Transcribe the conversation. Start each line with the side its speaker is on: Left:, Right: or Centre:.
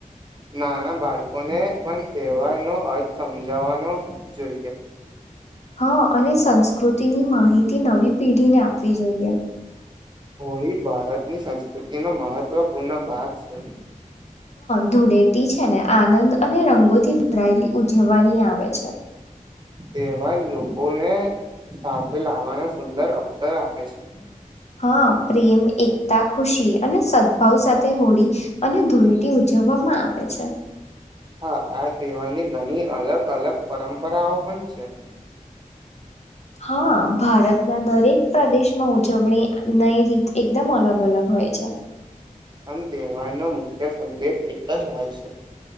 Right: ના ના બાળકોને પણ તહેવાર નો અર્થ સમજાવા નો જોઈએ
Left: હ અને સંસ્કૃતિની માહિતી નવી પીઢીને આપવી જોઈએ
Right: હોળી ભારતની સંસ્કૃતિ નો મહત્વપૂર્ણ ભાગ છે
Left: ધૂળેટી છે ને આનંદ અને રંગોથી ભરાયેલી ઉજવવાની આવે છે
Right: તેવા લોકોને સાથે લાવવાનો સુંદર અવસર આપે છે
Left: હ હ પ્રેમ એકતા ખુશી અને સદભાવ સાથે હોળી અને ધૂળેટી ઉજવવામ મા આવે છે
Right: હા આ તહેવારની ઘણી અલગ અલગ પરંપરાઓ પણ છે
Left: હા ભારતના દરેક પ્રદેશમા ઉજવણી ન‌ઇ રીત એકદમ અલગ અલગ હોય છે
Right: પણ તહેવારનો મુખ્ય સંદેશ એક જ હોય છે